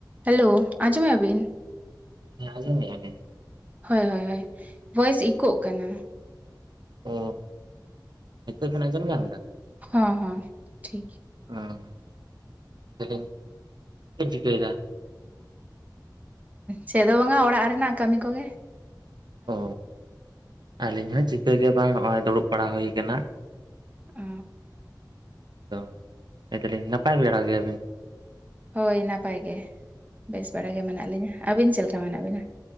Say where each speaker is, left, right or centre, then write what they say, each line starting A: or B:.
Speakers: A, on the right; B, on the right.
A: Hello ᱟᱸᱡᱚᱢᱮᱜ ᱟ ᱵᱤᱱ
B: ᱦᱮᱸ ᱟᱡᱚᱢᱮᱜ ᱟ ᱞᱤᱧ
A: ᱦᱳᱭ ᱦᱳᱭ ᱦᱳᱭ ᱨᱟ. ᱥ ᱤᱠᱳᱜ ᱠᱟᱱᱟ
B: ᱚ ᱱᱤᱛᱚᱜ ᱵᱤᱱ ᱡᱚᱢ ᱧᱟᱢᱟ ᱫᱟ
A: ᱦᱚᱸ ᱦᱚᱸ ᱴᱷᱤᱠ ᱜᱮ
B: ᱚᱸ ᱞᱟ. ᱭᱫᱟ. ᱧ ᱪᱮᱫ ᱵᱤᱱ ᱪᱤᱠᱟ. ᱭ ᱫᱟ
A: ᱪᱮᱫ ᱦᱚᱸ ᱵᱟᱝᱟ ᱚᱲᱟᱜ ᱨᱮᱱᱟᱜ ᱠᱟᱹᱢᱤ ᱠᱚ ᱜᱮ
B: ᱚ ᱟᱹᱞᱤᱧ ᱦᱚᱸ ᱪᱤᱠᱟᱹ ᱜᱮ ᱵᱟᱝ ᱱᱚᱜᱼᱚᱭ ᱫᱩᱲᱩᱵ ᱵᱟᱲᱟ ᱦᱩᱭ ᱠᱟᱱᱟ
A: ᱚ
B: ᱫᱚ ᱞᱟ. ᱭ ᱫᱟᱞᱤᱧ ᱱᱟᱯᱟᱭ ᱵᱮᱲᱟ ᱜᱮᱭᱟ ᱵᱤᱱ
A: ᱦᱳᱭ ᱱᱟᱯᱟᱭ ᱜᱮ ᱵᱮᱥ ᱵᱟᱲᱟ ᱜᱮ ᱢᱮᱱᱟᱜ ᱞᱤᱧᱟᱹ ᱟᱹᱵᱤᱱ ᱪᱮᱫ ᱞᱮᱠᱟ ᱢᱮᱱᱟᱜ ᱵᱤᱱᱟ